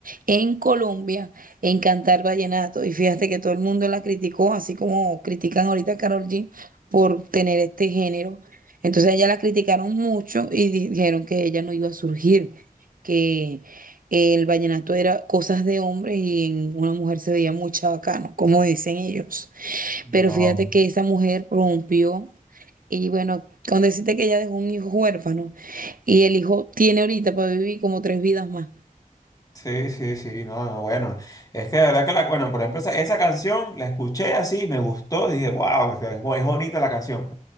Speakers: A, on the right (about 70°); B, on the left (about 25°).
A: en Colombia en cantar vallenato. Y fíjate que todo el mundo la criticó, así como critican ahorita a Karol G por tener este género. Entonces ella la criticaron mucho y di- dijeron que ella no iba a surgir, que el vallenato era cosas de hombres y en una mujer se veía muy chabacano, como dicen ellos. Pero
B: No.
A: fíjate que esa mujer rompió y bueno, con decirte que ella dejó un hijo huérfano y el hijo tiene ahorita para vivir como tres vidas más.
B: Sí, sí, sí, no, no, bueno. Es que de verdad que la, bueno, por ejemplo, esa, esa canción la escuché así, me gustó, dije, wow, es, es bonita la canción.